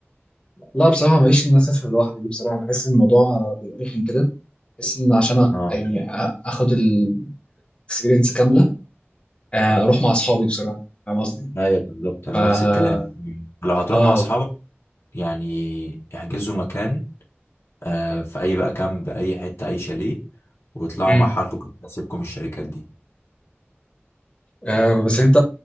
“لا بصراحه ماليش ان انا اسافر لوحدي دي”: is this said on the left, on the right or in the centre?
Left